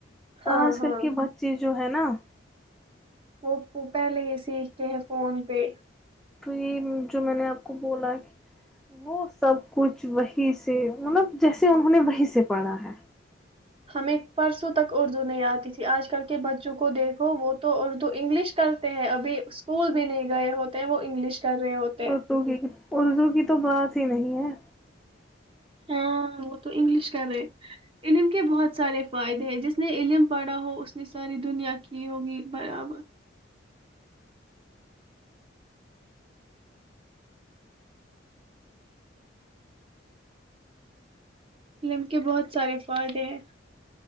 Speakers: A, in the centre; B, on the right.
A: پاس
B: ہاں ہاں
A: کر کے بچے جو ہے نا
B: وہ پہلے ہی سیکھتے ہیں فون پہ
A: تو یہ جو میں نے آپ کو بولا وہ سب کچھ وہی سے مطلب جیسے انہوں نے وہی سے پڑھا ہے
B: ہمیں پرسوں تک اردو نہیں آتی تھی آج کل کے بچوں کو دیکھو وہ تو اردو انگلش کرتے ہیں ابھی اسکول بھی نہیں گئے ہوتے ہیں وہ انگلش کر رہے ہوتے
A: اردو
B: ہیں
A: کی اردو کی تو بات ہی نہیں ہے
B: ہاں وہ تو انگلش کر رہے علم کے بہت سارے فائدے ہیں جس نے علم پڑھا ہو اس نے ساری دنیا کی ہوگی برابر علم کے بہت سارے فائدے ہیں